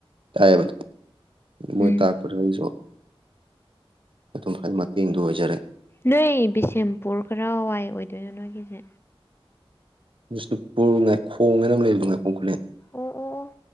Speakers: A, on the right; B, on the left.
A: ꯇꯥꯏꯌꯦꯕꯗꯣ ꯃꯣꯏ
B: ꯎꯝ
A: ꯇꯥꯛꯄꯗꯨ ꯑꯩꯁꯨ ꯑꯗꯨꯝ ꯃꯇꯦꯡꯗꯨ ꯑꯣꯏꯖꯔꯦ
B: ꯅꯣꯏ ꯕꯤꯁꯦꯝꯄꯨꯔ ꯀꯔꯥꯋꯥꯏ ꯑꯣꯏꯗꯣꯏꯅꯣ ꯅꯣꯏꯒꯤꯁꯦ
A: ꯕꯤꯁꯅꯨꯄꯨꯔ ꯉꯥꯏꯈꯣꯡ ꯍꯥꯏꯅ ꯂꯩꯔꯤꯗ ꯉꯥꯏꯈꯣꯡ ꯈꯨꯂꯦꯟ
B: ꯑꯣ ꯑꯣ ꯑꯣ